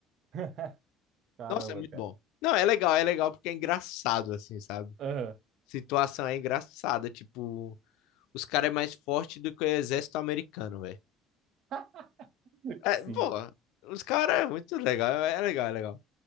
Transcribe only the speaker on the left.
Nossa, é muito
bom. Não, é legal, é legal porque é engraçado, assim, sabe?
Situação é engraçada, tipo, os caras é mais forte do que o exército americano, velho.
É,
pô, os caras é muito legal, é legal, é legal.